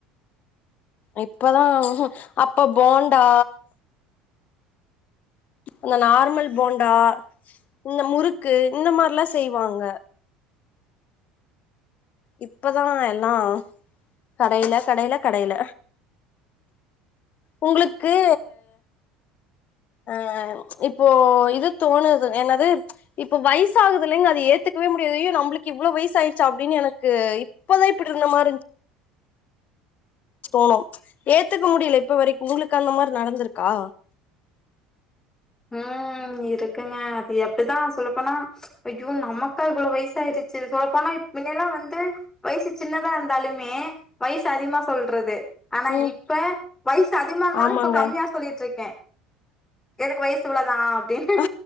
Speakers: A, on the left; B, on the left.
A: இப்பதா அப்ப போண்டா அந்த நார்மல் போண்டா இந்த முறுக்கு இந்த மாரிலா செய்வாங்க இப்பதா எல்லா கடையில கடையில கடையில உங்குளுக்கு ஆ இப்போ இது தோணுது என்னது இப்ப வயசுகுது இல்லைங்க அது ஏத்துக்கவே முடியாது ஐய்யோ இவ்ளோ வயசு ஆயிடுச்சா அப்டின்னு எனக்கு இப்பதா இப்புடி இருந்த மாரி இருந்துச் போனோ ஏத்துக்க முடியல இப்ப வரைக்கு உங்குளுக்கு அந்த மாரி நடந்திருக்கா
B: ம் இருக்குங்க அது அப்டிதா சொல்ல போனா ஐய்யோ நமக்கா இவ்ளோ வயசு ஆயிருச்சி சொல்ல போனா இப் மின்ன எல்லா வந்து வயசு சின்னதா இருந்தாலுமே வயசு அதிகமா சொல்றது ஆனா
A: ம்
B: இப்ப வயசு அதிகமா இருந்தாலு
A: ஆமாங்க
B: இப்ப கம்மியா சொல்ட்டுருக்கே எனுக்கு வயசு இவ்ளோ தா அப்டின்
A: ஆ